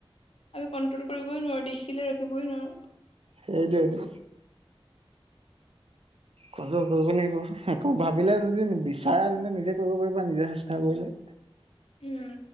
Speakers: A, on the left; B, on the right.
A: কণ্ট্ৰল কৰিবই নোৱাৰো, দেখিলে ৰখিবই নোৱাৰো।
B: সেইটোটো। কন্ট্ৰল কৰিব লাগিব। ভাবিলে যদি বিচাৰে তেন্তে নিজে কৰিব পাৰিবা নিজে চেষ্টা কৰিলে।
A: উম।